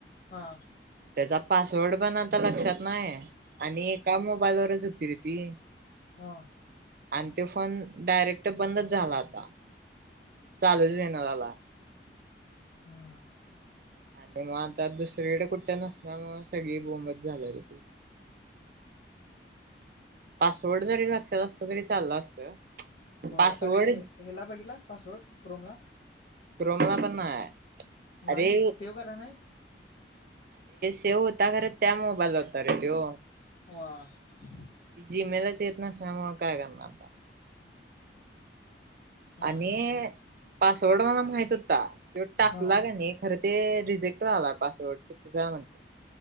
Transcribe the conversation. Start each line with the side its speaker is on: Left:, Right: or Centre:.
Left: हां.
Right: त्याचा पासवर्ड पण आता लक्षात नाही आणि एका मोबाईलवरच हो ती रे ती.
Left: हां.
Right: आणि त्यो फोन डायरेक्ट बंदच झाला होता चालूच हुईना झाला.
Left: हम्म.
Right: आणि मग आता दुसरीकडे कुठं नसल्यामुळं सगळी बोंबच झाल्या रे ती. पासवर्ड जरी लक्षात असतं तरी चाललं असतं.
Left: होय
Right: पासवर्ड
Left: अरे हेला बघितलास पासवर्ड क्रोमला?
Right: क्रोमला पण नाय.
Left: नाहीच
Right: अरे
Left: सेव्ह कराय नाहीस?
Right: सेव होता खरं त्या मोबाईलला होता रे त्यो.
Left: <unintelligible>
Right: ते जीमेलच येत नसल्यामुळं काय करणार आता?
Left: हा
Right: आणि
Left: हा
Right: पासवर्ड मला माहित होता. त्यो टाकला
Left: हा
Right: क नाही खरं ते रिजेक्ट <unintelligible> पासवर्ड चुकीचा आहे म्हणतंय.